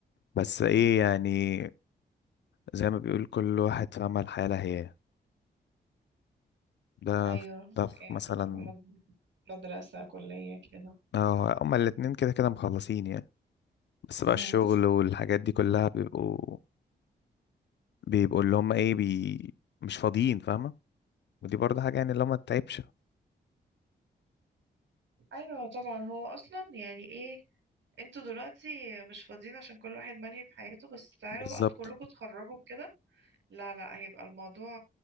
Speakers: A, on the left; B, on the right.
A: بس ايه
B: مم.
A: يعني زي ما بيقول كل واحد في عمل حالة هي ده
B: ايوه
A: ف- ده في
B: إيه،
A: مثلا
B: مد- مدرسة كلية كده
A: اه هما الاتنين كده كده مخلصين يعني بس بقى
B: مم.
A: الشغل والحاجات دي كلها بيبقوا بيبقوا اللي هم ايه بي مش فاضيين فاهمة ودي برضه حاجة يعني اللي هو ما تتعبش
B: ايوه طبعا هو اصلا يعني ايه انتوا دلوقتي مش فاضيين عشان كل واحد ملهي في حياته بس تعالوا
A: بالظبط
B: بقى كلكم تخرجوا كده لا لا هيبقى الموضوع